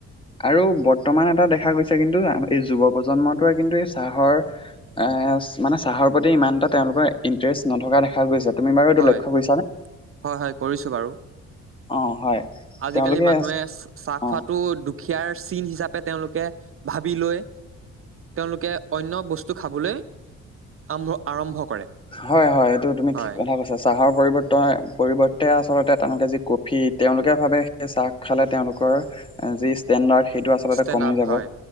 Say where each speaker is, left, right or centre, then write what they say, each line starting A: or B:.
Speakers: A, on the left; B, on the right.
A: আৰু বৰ্তমান এটা দেখা গৈছে কিন্তু এই যুৱ প্ৰজন্মটোৱে কিন্তু এই চাহৰ এ মানে চাহৰ প্ৰতি ইমান এটা তেওঁলোকৰ ইণ্টাৰেষ্ট নথকা দেখা গৈছে। তুমি বাৰু এইটো
B: হয়
A: লক্ষ্য কৰিছানে
B: হয় হয় কৰিছো বাৰু
A: অ হয়।
B: আজিকালি
A: তেওঁলোকে
B: মানুহে চাহ
A: অ
B: খোৱাটো দুখীয়াৰ চিন হিচাপে তেওঁলোকে ভাবি লয়। তেওঁলোকে অন্য বস্তু খাবলৈ আৰম্ভ আৰম্ভ কৰে।
A: হয় হয় এইটো তুমি
B: হয়
A: ঠিক কথা কৈছা। চাহৰ পৰিৱৰ্ত পৰিৱৰ্তে আচলতে তেওঁলোকে যি কফি তেওঁলোকে ভাৱে। চাহ খালে তেওঁলোকৰ যি ষ্টেণ্ডাৰ্ড সেইটো আচলতে
B: ষ্টেণ্ডাৰ্ড
A: কমি যাব।
B: হয়